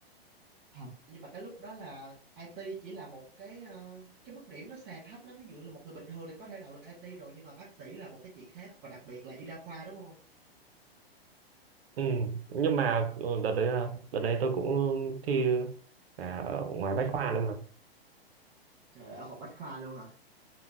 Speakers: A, on the right (about 50°); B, on the right (about 70°).
A: thật nhưng mà cái lúc đó là IT chỉ là một cái ờ, cái mức điểm nó sàn thấp lắm ví dụ là một người bình thường thì có thể đậu được IT rồi nhưng mà bác sĩ là một cái chuyện khác và đặc biệt là y đa khoa đúng không
B: ừ. nhưng mà ờ, đợt đấy là đợt đấy tôi cũng thi cả ở ngoài bách khoa đúng không
A: Trời, ở học bách khoa luôn hả?